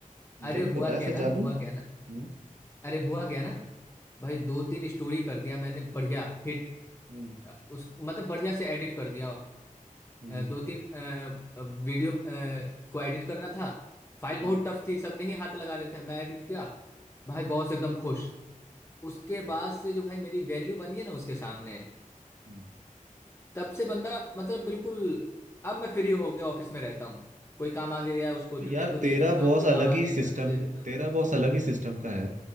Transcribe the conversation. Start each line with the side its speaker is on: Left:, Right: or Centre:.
Right: मुझे
Left: अरे
Right: भी
Left: हुआ
Right: पता है ऐसा
Left: क्या ना
Right: जादू
Left: हुआ क्या ना
Right: हम्म
Left: अरे हुआ क्या ना भाई दो तीन स्टोरी कर दिया मैंने बढ़िया हिट
Right: हम्म
Left: उसको मतलब बढ़िया से एडिट कर दिया
Right: हम्म
Left: अ, दो तीन अ, वीडियो अ, को एडिट करना था फाइल
Right: हम्म
Left: बहुत टफ थी सब नहीं हाथ लगा रहे थे मैं एडिट किया भाई बॉस एकदम खुश उसके
Right: हम्म,
Left: बाद से जो भाई मेरी वैल्यू बनी है ना उसके सामने
Right: हम्म,
Left: तब से बंदा मतलब बिल्कुल अब मैं फ्री होके ऑफिस में रहता हूँ कोई काम आ गया है, उसको
Right: तो
Left: जूनियर
Right: यार
Left: को दे
Right: तेरा
Left: देता
Right: बॉस
Left: हूँ कोई
Right: अलग
Left: काम आ
Right: ही
Left: गया
Right: सिस्टम
Left: इंटर्न को दे देता हूँ
Right: तेरा बॉस अलग ही सिस्टम का है